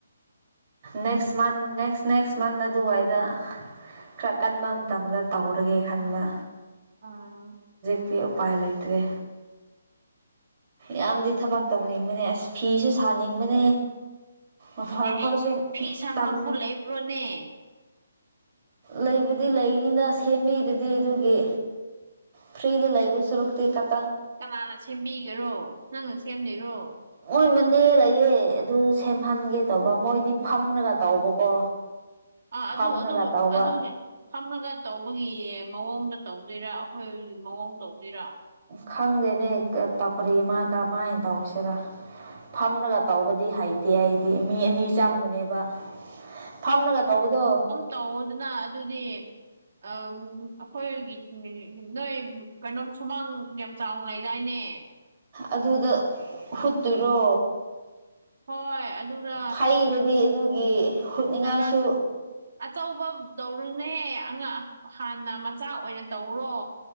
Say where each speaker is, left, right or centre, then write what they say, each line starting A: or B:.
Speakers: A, on the right; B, on the right.
A: next month next next month ꯑꯗꯨꯋꯥꯏꯗ ꯈꯔ ꯀꯟꯕ ꯃꯇꯝꯗ ꯇꯧꯔꯒꯦ ꯈꯟꯕ
B: ꯑꯥ
A: ꯍꯦ ꯎꯄꯥꯏ ꯂꯩꯇ꯭ꯔꯦ ꯌꯥꯝꯗꯤ ꯊꯕꯛ ꯇꯧꯅꯤꯡꯕꯅꯦ ꯑꯁ ꯐꯤꯁꯨ ꯁꯥꯅꯤꯡꯕꯅꯦ ꯑꯣꯐꯔꯈꯣꯏꯁꯨ
B: ꯑꯦ ꯐꯤ ꯁꯥꯐꯝꯕꯨ
A: ꯇꯝ
B: ꯂꯩꯕ꯭ꯔꯣꯅꯦ
A: ꯂꯩꯕꯨꯗꯤ ꯂꯩꯅꯤꯗ ꯁꯦꯝꯕꯤꯔꯗꯤ ꯑꯗꯨꯒꯤ ꯐ꯭ꯔꯤꯗ ꯂꯩꯕ ꯁꯨꯔꯨꯛꯇꯤ ꯀꯠ
B: ꯀꯅꯥꯥꯅ ꯁꯦꯝꯕꯤꯒꯔꯣ ꯅꯪꯅ ꯁꯦꯝꯂꯤꯔꯣ
A: ꯃꯣꯏ ꯃꯅꯦ ꯂꯩꯌꯦ ꯑꯗꯨ ꯁꯦꯝꯍꯟꯒꯦ ꯇꯧꯕ ꯃꯣꯏꯗꯤ ꯐꯝꯔꯒ ꯇꯧꯕꯀꯣ
B: ꯑ ꯑꯗꯨ
A: ꯐꯝꯔꯒ
B: ꯑꯗꯨ
A: ꯇꯧꯕ
B: ꯑꯗꯨꯒꯦ ꯐꯝꯂꯒ ꯇꯧꯕꯒꯤ ꯃꯑꯣꯡꯗ ꯇꯧꯗꯣꯏꯔꯥ ꯑꯩꯈꯣꯏꯒꯤ ꯃꯑꯣꯡ ꯇꯧꯗꯣꯏꯔꯥ
A: ꯈꯪꯗꯦꯅꯦ ꯀ ꯇꯧꯀꯥꯔꯤ ꯃꯥ ꯀꯃꯥꯏꯟ ꯇꯧꯁꯤꯔ ꯐꯝꯂꯒ ꯇꯧꯕꯗꯤ ꯍꯩꯇꯦ ꯑꯩꯗꯤ ꯃꯤ ꯑꯅꯤ ꯆꯪꯕꯅꯦꯕ ꯐꯝꯔꯒ ꯇꯧꯕꯗꯣ
B: ꯇꯧꯑꯣꯗꯅ ꯑꯗꯨꯗꯤ ꯑꯝ ꯑꯈꯣꯏꯒꯤ ꯅꯣꯏ ꯀꯩꯅꯣꯝ ꯁꯨꯃꯥꯡ ꯌꯥꯝ ꯆꯥꯎꯅ ꯂꯩꯗꯥꯏꯅꯦ
A: ꯑꯗꯨꯗ ꯍꯨꯠꯇꯨꯔꯣ
B: ꯍꯣꯏ ꯑꯗꯨꯗ
A: ꯐꯩꯔꯗꯤ ꯑꯗꯨꯒꯤ ꯍꯨꯠꯅꯤꯡꯉꯥꯏꯁꯨ
B: ꯂꯩꯕꯛꯇ ꯑꯆꯧꯕ ꯇꯧꯔꯨꯅꯦ ꯑꯉꯥꯡ ꯍꯥꯟꯅ ꯃꯆꯥ ꯑꯣꯏꯅ ꯇꯧꯔꯣ